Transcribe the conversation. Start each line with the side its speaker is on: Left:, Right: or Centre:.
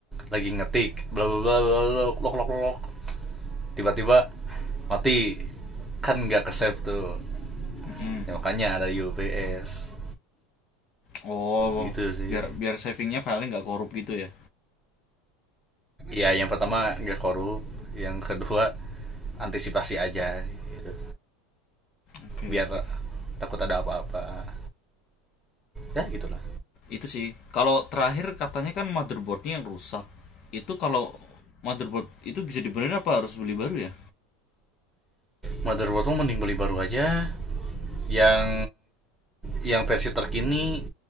Centre: lagi ngetik bla bla bla lok lok lok, tiba-tiba mati kan nggak kesep tuh
Left: Hmm.
Centre: ya, makanya ada UPS
Left: Oh,
Centre: gitu sih
Left: biar biar savingnya filenya nggak korup gitu ya.
Centre: ya yang pertama nggak korup yang kedua antisipasi aja gitu
Left: Oke
Centre: biar
Left: oke.
Centre: takut ada apa-apa ya gitulah
Left: Itu sih. Kalau terakhir katanya kan motherboardnya yang rusak. Itu kalau motherboard itu bisa dibenerin apa harus beli baru ya?
Centre: motherboard mending beli baru aja yang yang versi terkini